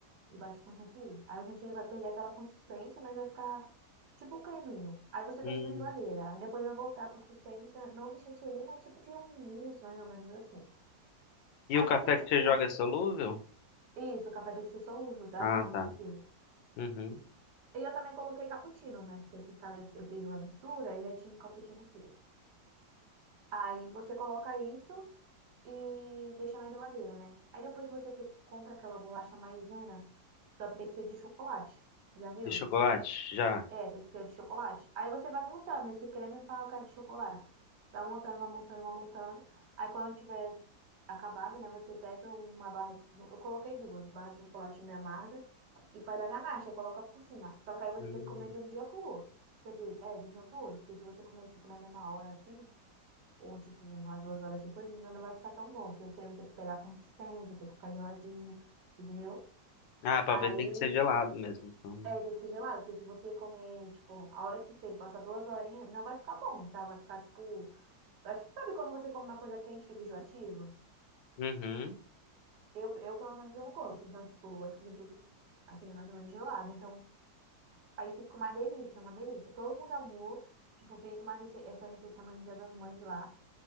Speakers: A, on the right; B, on the left.
A: e bate com chantilly. Aí o chantilly vai perder aquela consistência, mas vai ficar tipo um creminho. Aí você
B: Hum.
A: deixa na geladeira. Aí depois vai voltar a consistência, não de chantilly, mas um tipo de um mousse, mais ou menos assim.
B: E
A: Aí
B: o café
A: você, tipo,
B: que você joga é solúvel?
A: isso, o café tem que ser solúvel, tá?
B: Ah,
A: <laughs> Pelo amor
B: tá.
A: de Deus.
B: Uhum.
A: E eu também coloquei cappuccino, né? Porque aqui em casa eu fiz uma mistura e já tinha um cappuccino aqui. Aí você coloca isso e deixa na geladeira, né? Aí depois você te- compra aquela bolacha maisena, só que tem que ser de chocolate. Já viu?
B: E chocolate? Já.
A: É, tem que ser de chocolate. Aí você vai montando esse creme pra cara de chocolate. Vai montando, vai montando, vai montando. Aí quando tiver acabado, né, você pega uma barra de... Eu coloquei duas, barra de chocolate meio amarga e faz a ganache, aí coloca por cima. Só que aí você
B: Hum.
A: tem que comer de um dia pro outro. Quer dizer, é, de um dia pro outro. Porque se você comer, tipo, na mesma hora, assim, ou, tipo, umas duas horas depois, não vai ficar tão bom. Porque o creme tem que pegar consistência, tem que ficar geladinho, entendeu?
B: Ah, pra
A: Aí
B: ver tem que ser gelado mesmo, então.
A: é, tem que ser gelado, porque se você comer, tipo, a hora que você passar duas horinhas, não vai ficar bom, tá? Vai ficar, tipo... Acho que sabe quando você come uma coisa quente, fica enjoativa?
B: Uhum.
A: Eu, eu, pelo menos, eu não gosto. Então, tipo, acho que tudo, assim, é mais ou menos gelado. Então, aí fica uma delícia, uma delícia. Todo mundo amou. Tipo, fez uma rece... essa receita também no Dia das Mães lá.